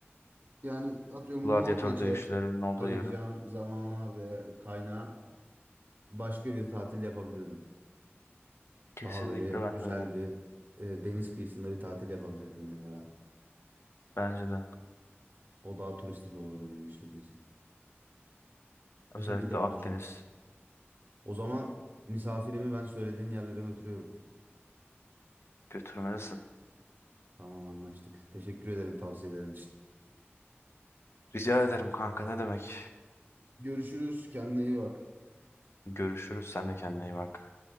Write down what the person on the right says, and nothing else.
yani atıyorum
Norveç'e
ayıracağım
zamana ve kaynağa Başka bir tatil yapabilirdim.
Daha böyle
güzel
bir e, deniz kıyısında bir tatil yapabilirdim mesela.
O daha turistik olurdu benim için o gezi. Bu
şekilde Batucuğum.
O zaman misafirimi ben söylediğin yerlere götürüyorum.
Tamam anlaştık. Teşekkür ederim tavsiyelerin için.
Görüşürüz. Kendine iyi bak.